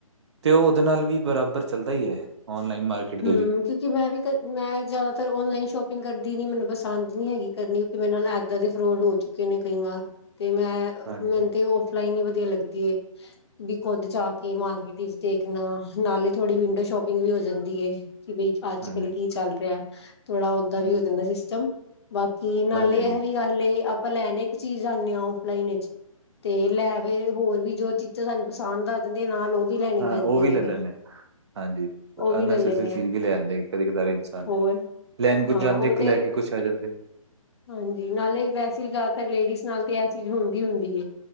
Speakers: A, on the right; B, on the left.
A: ਤੇ ਉਹ ਉਹਦੇ ਨਾਲ ਵੀ ਬਰਾਬਰ ਚਲਦਾ ਹੀ ਹੈ। ਔਨਲਾਈਨ ਮਾਰਕੀਟ ਦੇ
B: ਹਮ
A: ਵੀ
B: ਕਿਉਕਿ ਮੈ ਵੀ ਕਲ ਮੈ ਜਿਆਦਾਤਰ ਔਨਲਾਈਨ ਸੋਪਿਗ ਕਰਦੀ ਨੀ। ਮੈਨੂੰ ਪਸੰਦ ਨਹੀ ਹੈਗੀ ਕਰਨੀ ਕਿਉਕਿ ਮੇਰੇ ਨਾਲ ਏਦਾ ਦੇ ਫਰੋਡ ਹੋ ਚੁਕੇ ਨੇ ਕਈ ਵਾਰ। ਤੇ ਮੈ
A: ਹਾਂਜੀ,
B: ਮੈਨੂੰ
A: ਹਾਂਜੀ।
B: ਤੇ ਉਫਲਾਈਨ ਹੀ ਵਧੀਆ ਲੱਗਦਾ। ਵੀ ਖੁਦ ਜਾ ਕੇ ਮਾਰਕੀਟ ਵਿਚ ਦੇਖਣਾ ਨਾਲੇ ਥੋੜੀ ਵਿਡੋ ਸ਼ੋਪਿਗ ਵੀ ਹੋ ਜਾਦੀ। ਏ ਕਿ ਬਈ ਅਜ
A: ਹਾਂਜੀ,
B: ਕਲ ਕੀ ਚਲ ਰਿਹਾ। ਥੋੜ੍ਹਾ ਓਦਾਂ
A: ਹੂੰ।
B: ਵੀ ਹੋ ਜਾਂਦਾ ਸਿਸਟਮ ਬਾਕੀ ਨਾਲੇ
A: ਹਾਂਜੀ, ਹਾਂਜੀ
B: ਇਹੋ ਵੀ ਗਲ ਏ ਆਪਾ ਲੈਣ ਇਕ ਚੀਜ਼ ਜਾਂਦੇ ਹਾਂ ਆਫਲਾਈਨ ਵਿਚ। ਤੇ ਲੈਵੇ ਹੋਰ ਵੀ ਜੋ ਚੀਜਾ ਸਾਨੂੰ ਪਸੰਦ ਆ ਜਾਦੀਆਂ ਨਾਲ ਉਹ। ਵੀ ਲੈਣੀ
A: ਹਾਂ
B: ਪੈਂਦੀਆਂ
A: ਉਹ ਵੀ
B: ਨੇ
A: ਲੈ
B: ਫਿਰ।
A: ਲੈਦੇ ਹਾਂਜੀ।
B: ਉਹ ਵੀ ਲੈ ਲੈਂਣੇ
A: ਤੁਸੀਂ
B: ਆ
A: ਵੀ ਲੈ ਆਦੇ ਕਦੇ ਕਦਾਰ ਇਨਸਾਨ
B: ਹੋਰ
A: ਲੈਣ ਕੁਝ
B: ਹਾਂ
A: ਜਾਦੇ
B: ਉਹ
A: ਇਕ
B: ਤੇ
A: ਲੈ ਕੇ ਕੁਛ ਆ ਜਾਦੇ।
B: ਹਾਂਜੀ ਨਾਲੇ ਵੈਸੇ ਵੀ ਜਿਆਦਾਤਰ ਲੇਡੀਜ਼ ਨਾਲ ਤੇ ਇਹ ਚੀਜ ਹੁੰਦੀ ਹੁੰਦੀ ਹੈ।